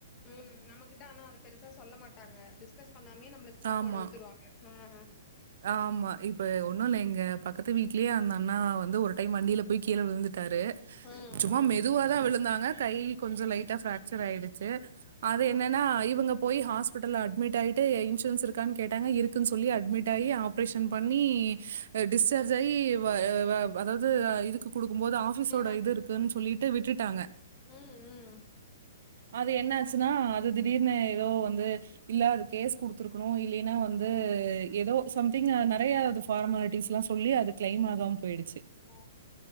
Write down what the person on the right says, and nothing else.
ஆமா,
ஆமா இப்ப ஒண்ணு இல்ல எங்க பக்கத்து வீட்லயே அந்த அண்ணா வந்து ஒரு டைம் வண்டில போய் கீழ விழுந்துட்டாரு
சும்மா
மெதுவா தா விழுந்தாங்க கை கொஞ்ச லைட்டா ஃப்ராக்சர் ஆயிடுச்சு அது
என்ன இவங்க போய் ஹாஸ்பிட்டல்ல அட்மிட் ஆயிட்டு இன்சூரன்ஸ் இருக்கானு கேட்டாங்க இருக்குனு சொல்லி அட்மிட் ஆப்ரேஷன் பண்ணி டிஸ்சார்ஜ் ஆகி அதாவது இதுக்கு குடுக்கும்போது ஆப் ஆஃபிஸோட
இது இருக்குன்னு சொல்லிட்டு விட்டுட்டாங்க
அது என்ன ஆச்சுன்னா அது திடீர்னு ஏதோ வந்து இல்ல அது கேஸ் குடுத்துருக்கணு இல்லைன்னா வந்து எதோ சம்திங் நெறயா அது ஃபார்மாலிட்டிஸ்ல்லா சொல்லி அது கிளைம் ஆகாம போயிடுச்சு